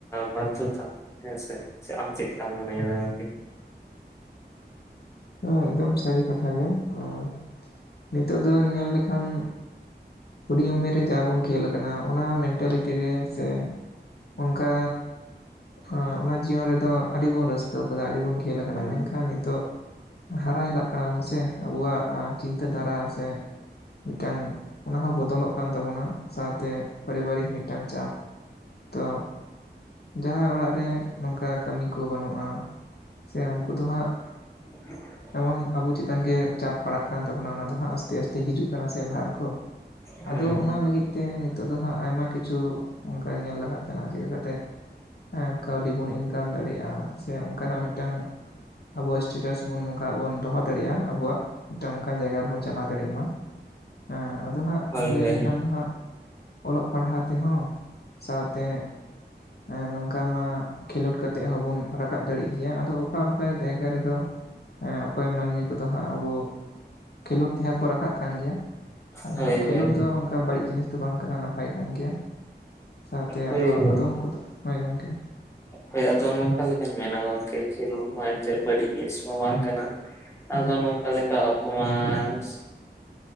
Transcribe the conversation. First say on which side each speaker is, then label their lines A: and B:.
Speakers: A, on the left; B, on the left.
A: <unintelligible> ᱦᱮᱸᱥᱮ ᱟᱢ ᱪᱮᱜ ᱠᱟᱢ ᱢᱚᱱᱮᱭᱟᱫᱟ ᱜᱚᱝᱠᱮ?
B: ᱦᱮᱸ ᱮᱠᱫᱚᱢ ᱥᱟᱹᱨᱤ ᱠᱟᱛᱷᱟ ᱜᱮ ᱩᱸ ᱱᱤᱛᱚᱜ ᱫᱚ ᱧᱮᱞ ᱞᱮᱠᱷᱟᱱ ᱦᱩᱰᱤᱧ ᱩᱢᱮᱨ ᱨᱮ ᱡᱟ ᱵᱚᱱ ᱠᱷᱮᱞ ᱟᱠᱟᱱᱟ ᱚᱱᱟ ᱢᱮᱱᱴᱟᱞᱤᱴᱤ ᱨᱮ ᱥᱮ ᱚᱝᱠᱟ ᱦᱟᱸ ᱚᱱᱟ ᱡᱤᱭᱚᱱ ᱨᱮᱫᱚ ᱟᱹᱰᱤ ᱵᱚᱱ ᱨᱟᱹᱥᱠᱟᱹᱣ ᱠᱟᱫᱟ ᱟᱹᱰᱤ ᱵᱚᱱ ᱠᱷᱮᱹᱞ ᱟᱠᱟᱱᱟ
A: ᱦᱩᱸ
B: ᱢᱮᱱᱠᱷᱟᱱ ᱱᱤᱛᱚᱜ ᱦᱟᱨᱟ ᱦᱮᱞᱟᱜ ᱠᱟᱱᱟ ᱵᱚᱱ ᱥᱮ ᱟᱵᱚᱣᱟᱜ ᱟ ᱪᱤᱱᱛᱟᱹ ᱫᱷᱟᱨᱟ ᱥᱮ ᱢᱤᱫᱴᱟᱝ ᱚᱱᱟ ᱦᱚᱸ ᱵᱚᱫᱚᱞᱚᱜ ᱠᱟᱱ ᱛᱟᱵᱚᱱᱟ ᱥᱟᱶᱛᱮ ᱯᱟᱨᱤᱵᱟᱨᱤᱠ ᱢᱤᱫᱴᱟᱝ ᱪᱟᱯ ᱛᱚ ᱡᱟᱦᱟᱸᱭ ᱚᱲᱟᱜ ᱨᱮ ᱱᱚᱝᱠᱟ ᱠᱟᱹᱢᱤ ᱠᱩ ᱵᱟᱹᱱᱩᱜ-ᱟ ᱥᱮ ᱩᱱᱠᱩ ᱫᱚ ᱦᱟᱸᱜ
A: <inaudible>
B: ᱮᱢᱚᱱ ᱟᱵᱚ ᱪᱮᱛᱟᱱ ᱜᱮ ᱪᱟᱯ ᱯᱟᱲᱟᱜ ᱠᱟᱱ ᱛᱟᱵᱚᱱᱟ ᱚᱱᱟ ᱫᱚ ᱦᱟᱸᱜ ᱟᱥᱛᱮ ᱟᱥᱛᱮ ᱦᱤᱡᱩᱜ ᱠᱟᱱᱟ ᱥᱮ ᱵᱷᱟᱨ ᱠᱚ
A: ᱦᱩᱸ
B: ᱟᱫᱚ ᱚᱱᱟ ᱞᱟᱹᱜᱤᱫ ᱛᱮ ᱱᱤᱛᱚᱜ ᱫᱚ ᱦᱟᱸᱜ ᱟᱭᱢᱟ ᱠᱤᱪᱷᱩ ᱚᱱᱠᱟ ᱧᱮᱞ ᱞᱟᱜᱟᱜ ᱠᱟᱱᱟ ᱪᱮᱜ ᱠᱟᱛᱮ ᱮᱸ ᱠᱟᱹᱣᱰᱤ ᱵᱚᱱ ᱤᱱᱠᱟᱢ ᱫᱟᱲᱮᱭᱟᱜ-ᱟ ᱥᱮ ᱜᱮ ᱚᱱᱠᱟᱱᱟᱜ ᱢᱤᱫᱴᱟᱝ ᱟᱵᱚᱣᱟᱜ ᱮᱥᱴᱮᱴᱟᱥ ᱱᱚᱝᱠᱟ ᱵᱚᱱ ᱫᱚᱦᱚ ᱫᱟᱲᱮᱜ-ᱟ ᱟᱵᱚᱣᱟᱜ ᱴᱟᱝ ᱚᱝᱠᱟ ᱡᱟᱭᱜᱟ ᱨᱮᱵᱚᱱ ᱪᱟᱞᱟᱣ ᱫᱟᱲᱮᱜ ᱢᱟ᱾ ᱦᱮᱸ ᱟᱫᱚ ᱦᱟᱸᱜ
A: ᱦᱳᱭ
B: ᱞᱟᱹᱭ
A: ᱦᱳᱭ
B: ᱞᱮᱠᱷᱟᱱ ᱫᱚ ᱦᱟᱸᱜ ᱚᱞᱚᱜ ᱯᱟᱲᱦᱟᱣ ᱛᱮᱦᱚᱸ ᱥᱟᱶᱛᱮ ᱮᱸ ᱱᱚᱝᱠᱟ ᱢᱟ ᱠᱷᱮᱞᱳᱰ ᱠᱟᱛᱮᱜ ᱦᱚᱸᱵᱚᱱ ᱨᱟᱠᱟᱵ ᱫᱟᱲᱮᱜ ᱜᱮᱭᱟ ᱟᱫᱚ ᱚᱠᱟ ᱚᱠᱟ ᱡᱟᱭᱜᱟ ᱨᱮᱫᱚ ᱮᱸ ᱚᱠᱚᱭ ᱢᱟᱹᱱᱢᱤ ᱠᱚᱫᱚ ᱦᱟᱸᱜ ᱟᱵᱚ ᱠᱷᱮᱞᱳᱰ ᱛᱮᱦᱚᱸ ᱠᱚ ᱨᱟᱠᱟᱵ ᱠᱟᱱ ᱜᱮᱭᱟ᱾ ᱟᱫᱚ
A: ᱦᱳᱭ
B: ᱦᱟᱸᱜ ᱠᱷᱮᱞᱳᱰ
A: ᱦᱳᱭ
B: ᱫᱚ ᱚᱱᱠᱟ ᱵᱟᱹᱲᱤᱡ ᱡᱤᱱᱤᱥ ᱫᱚ ᱵᱟᱝ ᱠᱟᱱᱟ ᱱᱟᱯᱟᱭ ᱠᱟᱱ ᱜᱮᱭᱟ, ᱥᱟᱶᱛᱮ
A: ᱦᱳᱭ
B: ᱟᱫᱚ
A: ᱦᱳᱭ
B: ᱟᱫᱚᱢ ᱠᱚᱫᱚ ᱦᱳᱭ ᱜᱚᱝᱠᱮ᱾
A: ᱦᱳᱭ ᱟᱫᱚ ᱱᱚᱝᱠᱟ ᱞᱮᱠᱟᱧ ᱢᱮᱱᱟ ᱜᱚᱝᱠᱮ ᱠᱷᱮᱞᱳᱰ ᱢᱟ ᱮᱱᱛᱮᱫ ᱵᱟᱹᱲᱤᱡ ᱡᱤᱱᱤᱥ ᱦᱚᱸ ᱵᱟᱝ ᱠᱟᱱᱟ᱾
B: ᱦᱮᱸ
A: ᱟᱫᱚ ᱱᱚᱝᱠᱟ ᱞᱮᱠᱟ ᱟᱵᱚ ᱢᱟᱻᱥ